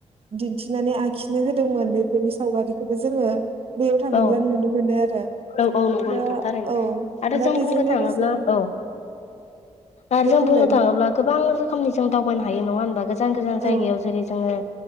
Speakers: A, on the right; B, on the left.
A: दिन्थिनानै आ खिनो होदोंमोन बेफोरनि सावगारिखौबो जोंङो बैयाव थाङोब्ला
B: औ
A: नुनो मोनो आरो।
B: औ औ नंगौ
A: दा
B: नोंथां थारैनो
A: औ
B: आरो
A: दा
B: जों
A: बेजों
B: बुंनो
A: लोगोसे
B: थांङोब्ला औ आरो
A: दे
B: जों
A: बुंलाय
B: बुंनो
A: नोंथां
B: थाङोब्ला गोबां रोखोमनि जों दावबायनो हायो नङा होनबा गोजान गोजान
A: औ
B: जायगायाव जेरै जोङो